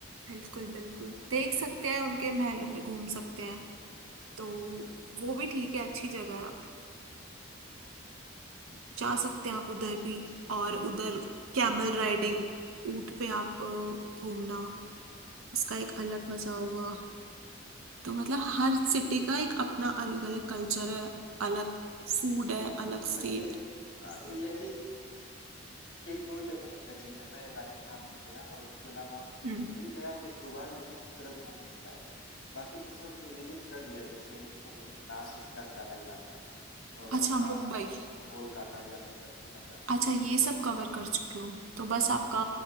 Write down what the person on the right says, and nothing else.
बिल्कुल बिल्कुल देख सकते हैं उनके महलों में घूम सकते हैं तो वो भी ठीक है अच्छी जगह है जा सकते हैं आप उधर
भी
और
उधर कैमल राइडिंग ऊंट पे आप अ, घूमना उसका एक अलग मजा होगा तो मतलब हर सिटी का एक
अपना अलग अलग कल्चर है अलग फूड है अलग
स्टेट
हम्म
अच्छा
मुंबई
अच्छा ये सब कवर कर चुके हो तो बस आपका